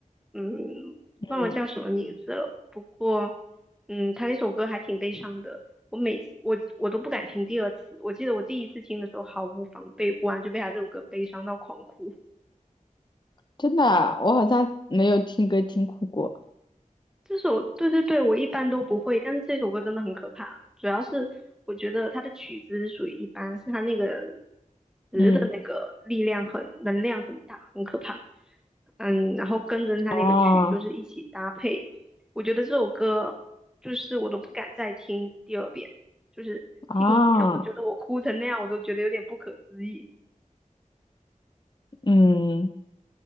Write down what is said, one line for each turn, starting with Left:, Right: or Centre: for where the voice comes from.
Centre: 嗯，
Left: 嗯，
Centre: 忘了叫什么名字了。不过，嗯，他那首歌还挺悲伤的。我每我我都不敢听第二次。我记得我第一次听的时候毫无防备，忽然就被他这首歌悲伤到狂哭。
Left: 真的啊我好像没有听歌听哭过。
Centre: 这首，对对对，我一般都不会，但是这首歌真的很可怕。主要是我觉得它的曲子是属于一般，是它那个词的那个力量很，
Left: 嗯，
Centre: 能量很大，很可怕。嗯，然后跟着它那个曲就是一起搭配，
Left: 啊
Centre: 我觉得这首歌就是我都不敢再听第二遍，就是听一遍，
Left: 啊，
Centre: 我觉得我哭成那样，我都觉得有点不可思议。
Left: 嗯，